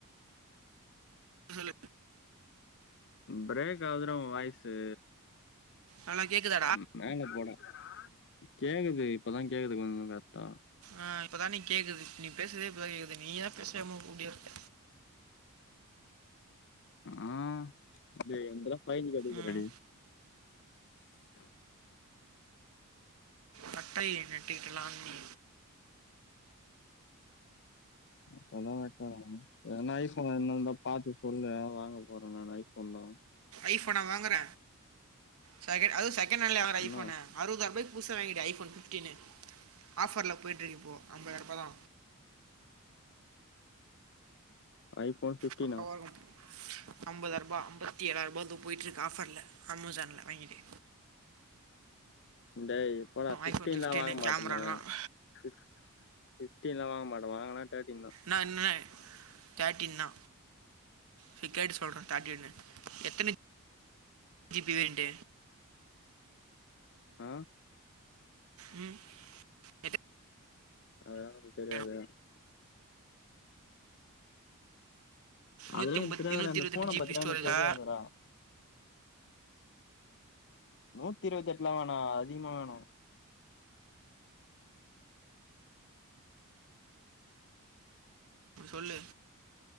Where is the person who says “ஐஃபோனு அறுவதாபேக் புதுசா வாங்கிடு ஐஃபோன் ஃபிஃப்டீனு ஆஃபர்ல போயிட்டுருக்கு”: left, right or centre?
Right